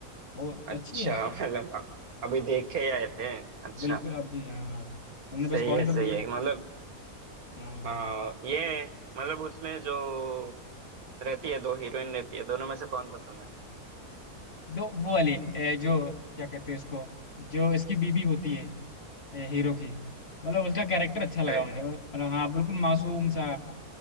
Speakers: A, on the left (about 40°); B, on the right (about 70°).
A: बहुत
B: अच्छा
A: अच्छी है यार
B: <laughs> मतलब अ- अभी देख के ही आए थे अच्छा
A: बिल्कुल अभी हाँ तुमने
B: सही
A: बस कॉल
B: है
A: कर
B: सही
A: दिया
B: है मतलब
A: हाँ
B: आ, ये मतलब उसमें जो रहती है दो हीरोइन रहती है दोनों में से कौन पसंद
A: दो वो वाली ए, जो क्या कहते हैं उसको जो इसकी बीबी होती है ए, हीरो की मतलब उसका कैरेक्टर अच्छा लगा
B: है
A: मुझे मतलब हाँ बिल्कुल मासूम सा